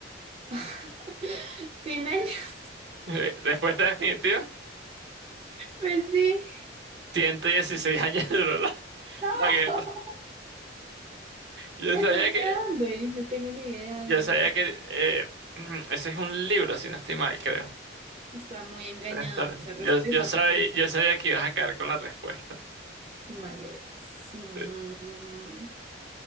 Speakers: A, on the right; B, on the right.
A: <laughs> ¿Cien años.
B: <laughs> Respuesta definitiva.
A: Pues sí.
B: ciento dieciséis años <laughs> duró la,
A: No.
B: la guerra.
A: <laughs>
B: Yo
A: ¿Eso
B: sabía
A: es
B: que,
A: de dónde? No tengo ni idea
B: yo
A: de dónde
B: sabía
A: sea.
B: que eh, <clears throat> ese es un libro, si no estoy mal, creo.
A: Está muy engañadora
B: Puede estar.
A: esa,
B: Yo,
A: res- esa
B: yo sabía,
A: pregunta.
B: yo sabía que ibas a caer con la respuesta.
A: Qué malo eres. Mm.
B: Sí.